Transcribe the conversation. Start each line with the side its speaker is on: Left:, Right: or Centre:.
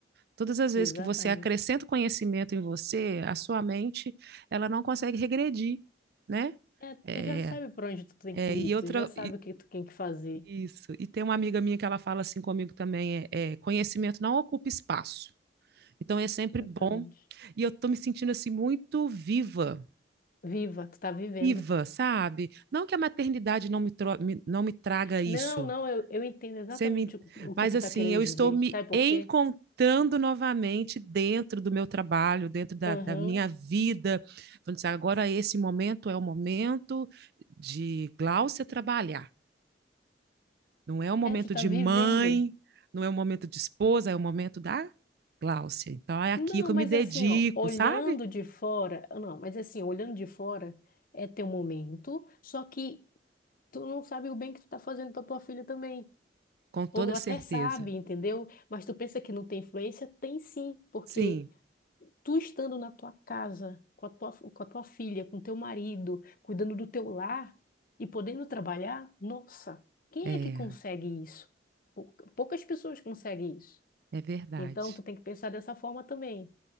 Right: Todas as vezes
Left: Exatamente.
Right: que você acrescenta conhecimento em você, a sua mente, ela não consegue regredir, né?
Left: É,
Right: É,
Left: tu já sabe para onde tu tem
Right: é,
Left: que ir,
Right: e
Left: tu
Right: outra,
Left: já sabe o que tu tem que fazer.
Right: Isso. E tem uma amiga minha que ela fala assim comigo também, é, é, conhecimento não ocupa espaço. Então é sempre
Left: Exatamente.
Right: bom. E eu tô me sentindo assim muito viva,
Left: Viva, tu tá vivendo.
Right: viva, sabe? Não que a maternidade não me, tro- me- não me traga isso.
Left: Não, não, eu, eu entendo exatamente
Right: Você me...
Left: o, o que
Right: Mas
Left: tu
Right: assim,
Left: tá querendo
Right: eu
Left: dizer.
Right: estou me
Left: Sabe por
Right: encontrando
Left: quê?
Right: novamente dentro do meu trabalho, dentro da,
Left: Aham.
Right: da minha vida. Falando assim, agora esse momento é o momento de Gláucia trabalhar. Não é o momento
Left: É, tu tá
Right: de
Left: vivendo.
Right: mãe, não é o momento de esposa, é o momento da Gláucia. Então é aqui
Left: Não,
Right: que eu
Left: mas
Right: me dedico,
Left: assim, ó, olhando
Right: sabe?
Left: de fora, não, mas assim, olhando de fora é teu momento, só que tu não sabe o bem que tu tá fazendo pra tua filha também.
Right: Com toda
Left: Ou
Right: certeza.
Left: até sabe, entendeu? Mas tu pensa que não tem influência? Tem sim, porque
Right: Sim,
Left: tu estando na tua casa, com a tua, com a tua filha, com teu marido, cuidando do teu lar e podendo trabalhar, nossa, quem
Right: é,
Left: é que consegue isso? Pou- Poucas pessoas conseguem isso.
Right: é verdade.
Left: Então, tu tem que pensar dessa forma também.